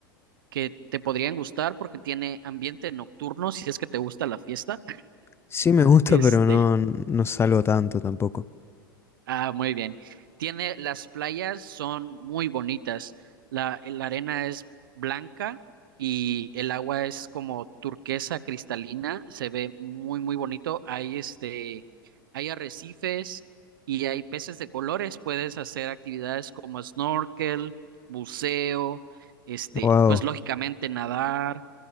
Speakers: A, on the right; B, on the left.
A: que te podrían gustar porque tiene ambiente nocturno, si es que te gusta la fiesta.
B: Sí me gusta,
A: Este,
B: pero no, no salgo tanto tampoco.
A: ah, muy bien. Tiene, las playas son muy bonitas. La, la arena es blanca y el agua es como turquesa cristalina. Se ve muy, muy bonito. Hay este, hay arrecifes y hay peces de colores. Puedes hacer actividades como snorkel, buceo, este,
B: Wow.
A: pues lógicamente nadar